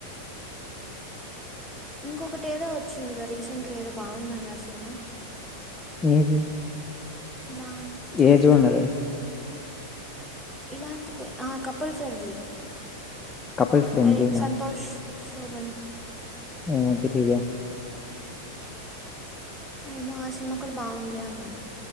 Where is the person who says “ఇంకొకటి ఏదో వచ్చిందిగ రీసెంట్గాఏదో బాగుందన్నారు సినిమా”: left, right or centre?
Centre